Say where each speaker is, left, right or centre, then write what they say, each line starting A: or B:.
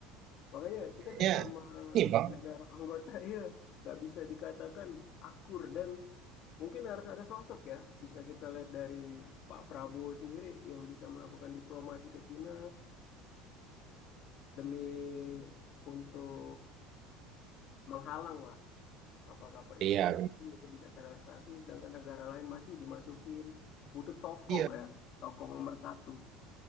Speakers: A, on the left (about 50°); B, on the right (about 50°).
A: Makanya kita
B: kayaknya
A: sesama
B: ini Bang.
A: negara anggota, <laughs> iya, nggak bisa dikatakan akur dan mungkin harus ada sosok ya. Bisa kita lihat dari Pak Prabowo sendiri yang bisa melakukan diplomasi ke Cina demi untuk menghalang lah kapal-kapal
B: Iya,
A: ilegal
B: benar.
A: penting itu bisa terrealisasi, sedangkan negara lain masih dimasukin. Butuh tokoh
B: Iya,
A: ya, tokoh pemersatu.